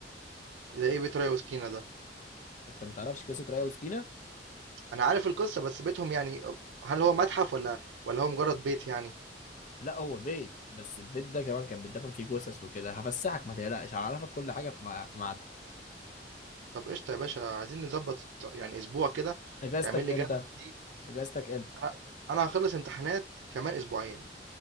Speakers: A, on the right; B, on the left.
A: زي إيه بيت ريا وسكينة ده،
B: انت متعرفش قصة ريا وسكينة
A: أنا عارف القصة بس بيتهم يعني هل هو متحف والّا والّا هو مجرد بيت يعني؟
B: لا هو بيت بس البيت ده كمان كان بيتدفن فيه جثث وكده هفسحك ما تقلقش هعرفك كل حاجه في مع- في ميعادها
A: طب قشطة يا باشا عايزين نضبط يعني أسبوع كده
B: اجازتك
A: تعمل لي
B: امتى
A: جدول فيه
B: اجازتك امتى
A: أنا أنا هاخلص امتحانات كمان أسبوعين،